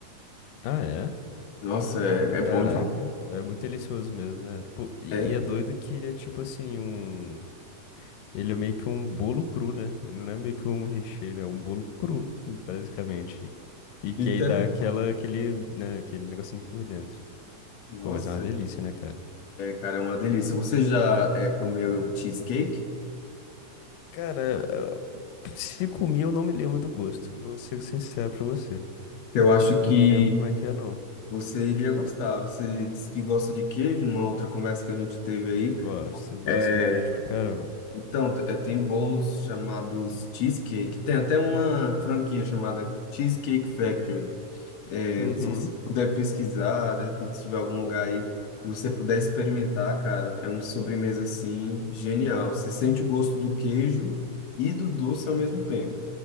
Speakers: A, on the left; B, on the left.
A: Ah, é?
B: Nossa, é, é
A: Caraca,
B: bom demais.
A: é muito delicioso mesmo, né? Pô, e
B: É,
A: e é doido que ele é tipo assim, um. Ele é meio que um bolo cru, né? Ele não é meio que um recheio, ele é um bolo cru, basicamente. E que
B: <laughs> literal.
A: aí dá aquela, aquele, né, aquele negocinho por dentro.
B: Nossa.
A: Pô, mas é uma delícia, né, cara?
B: Cara, é uma delícia. Você já é, comeu cheesecake?
A: Cara, se comi, eu não me lembro do gosto. Vou ser sincero pra você.
B: Eu acho que
A: Não me lembro como é que é, não.
B: você iria gostar. Você disse que gosta de queijo, numa outra conversa que a gente teve aí.
A: Gosto, gosto
B: É,
A: de queijo pra caramba.
B: então, t- é, tem bolos chamados cheesecake. Tem até uma franquia chamada Cheesecake Factory. É,
A: Uhum.
B: se você puder pesquisar, de repente, se tiver algum lugar aí, e você puder experimentar, cara, é uma sobremesa assim genial. Você sente o gosto do queijo e do doce ao mesmo tempo.